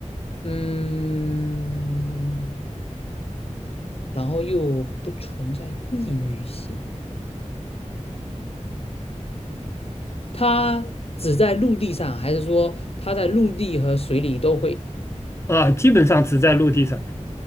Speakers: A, on the left; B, on the left.
A: 嗯，然后又不存在地域性，它只在陆地上，还是说它在陆地和水里都会？
B: 啊、基本上只在陆地上。